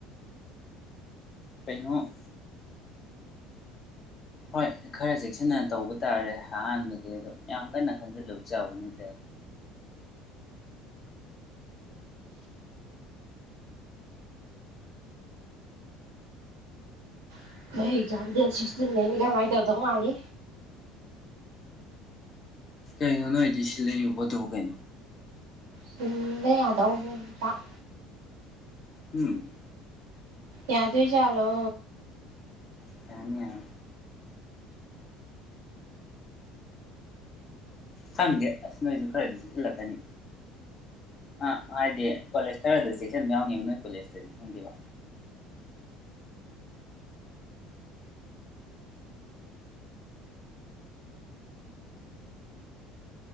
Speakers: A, on the left (about 35°); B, on the right (about 65°).
A: ꯀꯩꯅꯣ ꯍꯣꯏ ꯈꯔ ꯆꯦꯛꯁꯤꯟꯅ ꯇꯧꯕ ꯇꯥꯔꯦ ꯑꯍꯥꯟꯕꯗꯤ ꯑꯗꯨꯗꯣ ꯌꯥꯝ ꯀꯟꯅ ꯈꯟꯖꯤꯜꯂꯨꯕ ꯆꯥꯎꯕ ꯅꯠꯇꯦ
B: <unintelligible> ꯑꯦꯖꯥꯝ ꯗꯦꯠ ꯁꯤꯛꯁꯇꯤꯟ ꯗꯩꯅꯤ ꯀꯃꯥꯏ ꯇꯧꯗꯧ ꯃꯥꯜꯂꯤ
A: ꯀꯩꯅꯣ ꯅꯣꯏꯗꯤ ꯁꯤꯜꯂ ꯏꯕ ꯄꯣꯠꯇꯕꯨ ꯀꯩꯅꯣ
B: ꯁꯤꯟꯕ ꯌꯥꯗꯧ <unintelligible>
A: ꯎꯝ
B: ꯌꯥꯗꯣꯏ ꯖꯥꯂꯣ
A: ꯌꯥꯅꯤ ꯌꯥꯅꯤ ꯈꯪꯗꯦ ꯑꯁ ꯅꯣꯏꯁꯨ ꯈꯔꯗꯤ ꯆꯦꯛꯁꯤꯜꯂꯛꯀꯅꯤ ꯑꯥ ꯍꯥꯏꯗꯤ ꯀꯣꯂꯦꯖ ꯈꯔꯗ ꯆꯦꯛꯁꯤꯟꯕ ꯌꯥꯎꯅꯤꯕ ꯅꯣꯏ ꯀꯣꯂꯦꯖꯇꯗꯤ ꯈꯪꯗꯦꯕ